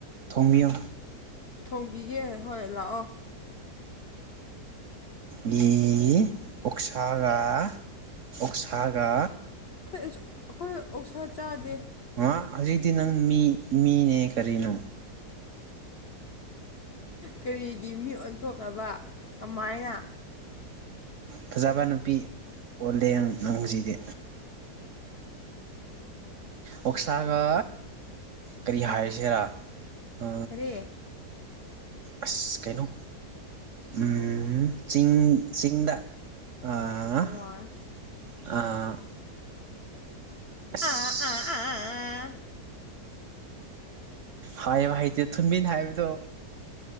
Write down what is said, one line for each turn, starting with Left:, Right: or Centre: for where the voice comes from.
Right: ꯊꯣꯡꯕꯤꯌꯣ
Left: ꯊꯣꯡꯕꯤꯒꯦ ꯍꯣꯏ ꯂꯥꯛꯑꯣ
Right: ꯌꯤ ꯑꯣꯛꯁꯥꯒ ꯑꯣꯛꯁꯥꯒ
Left: ꯈꯣꯏ ꯑꯩꯁꯨ ꯑꯈꯣꯏ ꯑꯣꯛꯁꯥ ꯆꯥꯗꯦ
Right: ꯑ ꯍꯧꯖꯤꯛꯇꯤ ꯅꯪ ꯃꯤ ꯃꯤꯅꯦ ꯀꯔꯤꯅꯨ
Left: ꯀꯔꯤꯒꯤ ꯃꯤ ꯑꯣꯟꯊꯣꯛꯈꯔꯥꯕ ꯀꯃꯥꯏꯅ
Right: ꯐꯖꯕ ꯅꯨꯄꯤ ꯑꯣꯜꯂꯦꯡ ꯅꯪꯖꯤꯗꯤ ꯑꯣꯛꯁꯥꯒ ꯀꯔꯤ ꯍꯥꯏꯁꯤꯔꯥ ꯑ
Left: ꯀꯔꯤ
Right: ꯑꯁ ꯀꯩꯅꯣ ꯎꯝ ꯆꯤꯡ ꯆꯤꯡꯗ ꯑꯥ
Left: <unintelligible>
Right: ꯑꯥ ꯑꯁ
Left: ꯑꯥ ꯑꯥ ꯑꯥ
Right: ꯍꯥꯏꯕ ꯍꯩꯇꯦ ꯊꯨꯟꯕꯤꯟ ꯍꯥꯏꯕꯗꯣ